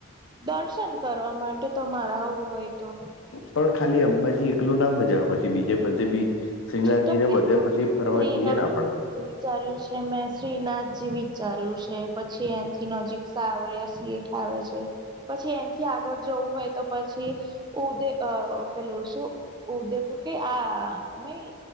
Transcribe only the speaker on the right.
દર્શન કરવા માટે તમારે આવું હોય તો.
તો
સ્ત્રી
ના
વિચાર્યું છે મેં શ્રીનાથજી વિચાર્યું છે, પછી એનથી નજીક સાવર્યા શેઠ આવે છે, પછી એનથી આગળ જવું હોય તો પછી ઉદે અ પેલો શું ઉદયપુર કે આ નઈ